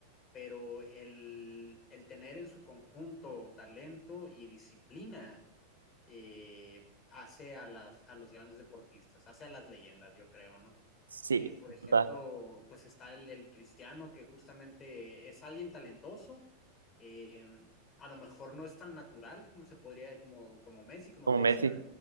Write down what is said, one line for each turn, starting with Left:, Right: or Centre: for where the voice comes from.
Left: pero el, el tener en su conjunto talento y disciplina eh, hace a las, a los grandes deportistas, hace a las leyendas, yo creo, ¿no?
Right: Sí,
Left: Eh, por ejemplo,
Right: total,
Left: pues está el, el, cristiano que justamente es alguien talentoso, eh, a lo mejor no es tan natural como se podría, como, como Messi, como
Right: como
Left: te
Right: Messi.
Left: decía,